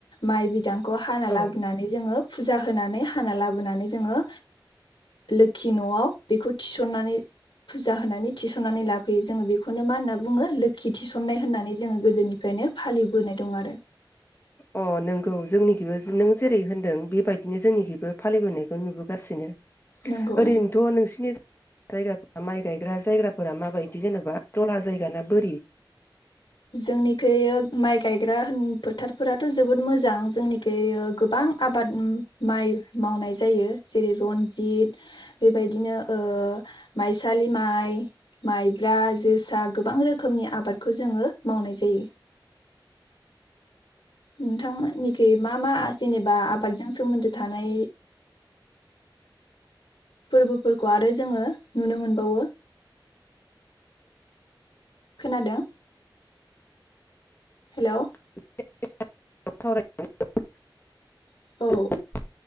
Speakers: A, on the left; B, on the left.
A: माइ बिदां खौ हाना लाबोनानै
B: औ
A: जोङो फुजा होनानै हाना लाबोनानै जोङो लोखि न'आव बेखौ थिसननानै फुजा होनानै थिसन सननानै लाफैयो जोङो बेखौ बेखौनो मा होनना बुङो लोखि थिसननाय होननानै जोङो गोदोनिफ्रायनो फालिबोनाय दं आरो
B: अ नोंगौ जोंनिखबो नों जेरै होनदों बेबायदिनो जोंनिखबो फालिबोनायखौ नुबोगासिनो
A: नंगौ
B: ओरैनोथ' नोंसिनि जायगाफोरा माइ गायग्रा जायगाफोरा माबायदि जेन'बा दलहा जायगाना बोरि
A: जोंनिखै माइ गायग्रा फोथारफोराथ' जोबोद मोजां जोंनिखै गोबां आबाद माइ मावनाय जायो जेरै रनजित बेबायदिनो माइसालि माइ माइब्रा जोसा गोबां रोखोमनि आबादखौ जोङो मावनाय जायो। नोंथांमोननिखै मा मा जेनेबा बा आबादजों सोमोन्दो थानाय फोरबोफोरखौ आरो जोङो नुनो मोनबावो खोनादों हेल
B: <unintelligible>
A: औ